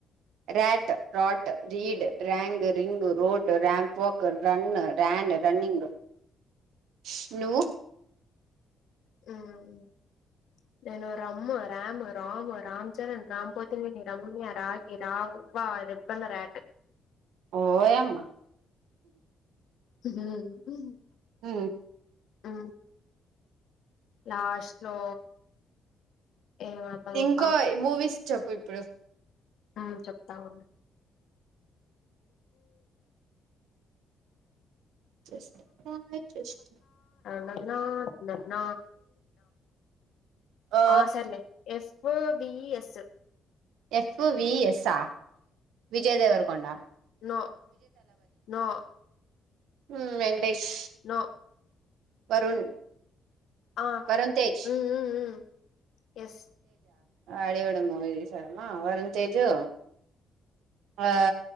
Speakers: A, on the right; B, on the left.
A: రాట్ రాడ్ రీడ్ రయాంగ్ రింగ్ రోడ్ రయాంప్ వక్ రన్ రయాన్ రన్నింగ్ స్ను
B: మ్మ్ నేను రమ్ రాము రాము రామ్ చరణ్ రామ్ పోతినేని రమ్య రాగి రావవా రెబ్బెన రాట్
A: ఓయమ్మ
B: ఆ
A: ఆ
B: ఆ లాస్ట్ లో ఏమంటదబ్బా
A: ఇంకో మూవీస్ చెప్పు ఇప్పుడు
B: ఆ చెప్తా ఉండి
A: జస్ట్ జస్ట్
B: న న
A: ఓ
B: ఆ సరలే ఎఫ్ బిఎస్
A: ఎఫ్ విఎస్ఆ విజయదేవర కొండా
B: నో నో
A: ఉమ్ వెంకటేష్
B: నో
A: వరుణ్
B: ఆ
A: వరుణ్ తేజ్
B: ఉమ్ ఉమ్ ఉమ్ ఎస్
A: వాడెవడో మూవీ తీశాడు ఆ వరుణ్ తేజు ఆ